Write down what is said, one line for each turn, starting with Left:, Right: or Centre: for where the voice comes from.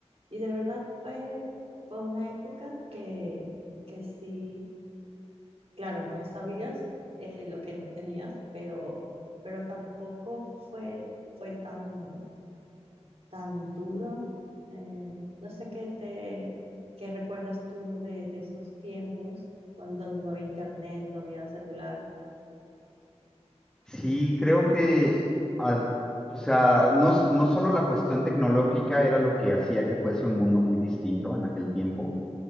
Right: y de verdad fue, fue una época que, que sí, claro, no sabías eh, lo que no tenías, pero, pero tampoco fue, fue tan, tan duro. Eh, no sé qué te, qué recuerdas tú de, de esos tiempos cuando donde no había internet, no había celular.
Centre: Sí, creo que, ad- o sea, no, s- no solo la cuestión tecnológica era lo que hacía que fuese un mundo muy distinto en aquel tiempo,